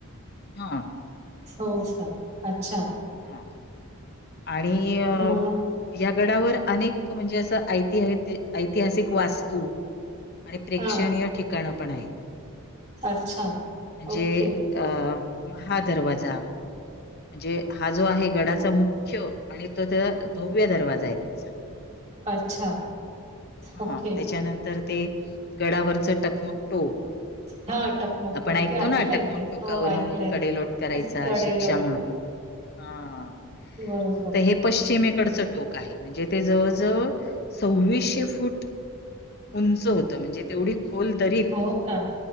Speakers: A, on the left; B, on the right.
A: हा
B: <unintelligible> का अच्छा
A: हा आणि अ
B: मग
A: या गडावर अनेक म्हणजे असं ऐति ऐतिहासिक वास्तू आणि प्रेक्षणीय
B: हा
A: ठिकाणं पण आहेत
B: अच्छा
A: म्हणजे
B: ओके
A: अ महादरवाजा म्हणजे हा जो आहे गडाचा मुख मुख्य आणि तो त्या भव्य दरवाजा आहे त्याचा.
B: अच्छा
A: हा
B: ओके
A: त्याच्यानंतर ते गडावरच टकमक टोक
B: हा टकमक
A: आपण
B: टोक
A: ऐकतो
B: ते ऐकलंय
A: ना टकमक
B: मी
A: टोकावरून
B: हो ऐकलंय
A: कडेलोट करायचा
B: कडे
A: शिक्षा म्हणून हा
B: बरं
A: तर हे पश्चिमेकडचं टोक आहे म्हणजे ते जवळजवळ सव्वीसशे फूट उंच होतं म्हणजे तेवढी खोल दरीत
B: हो का